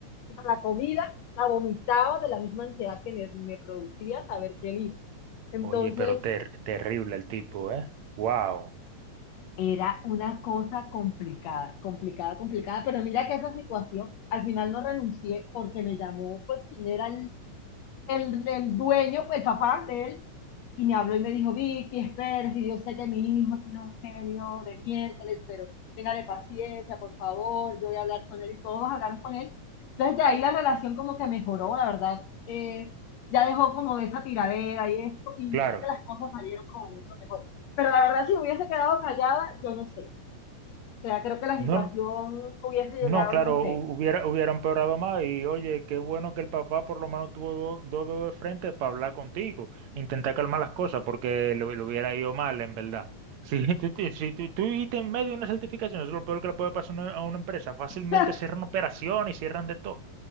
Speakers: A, on the left; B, on the right.
A: o sea, la comida, la vomitaba de la misma ansiedad que me, me producía saber que él iba. Entonces,
B: Oye, pero ter- terrible el tipo, ¿eh? Wow.
A: Era una cosa complicada, complicada, complicada, pero mira que esa situación, al final no renuncié porque me llamó, pues, quien era el el, el dueño, el papá de él, y me habló y me dijo, Vicky, espera, si yo sé que mi hijo tiene un genio de miércoles, pero téngale paciencia, por favor, yo voy a hablar con él y todos hablaron con él. Entonces de ahí la relación como que mejoró, la verdad. Eh, ya dejó como de esa tiradera y esto, y
B: Claro.
A: creo que las cosas salieron como mucho mejor. Pero la verdad, si hubiese quedado callada, yo no sé. O sea, creo que la
B: No,
A: situación hubiese llegado,
B: No, claro,
A: no sé.
B: hu- hubiera, hubiera empeorado más y oye, qué bueno que el papá por lo menos tuvo do- dos dedos de frente para hablar contigo, intentar calmar las cosas porque le, le hubiera ido mal en verdad. Si <laughs> tú, tú- si tú, tú viste en medio de una certificación, eso es lo peor que le puede pasar a una, a una empresa, fácilmente
A: <laughs>
B: cierran operaciones y cierran de todo.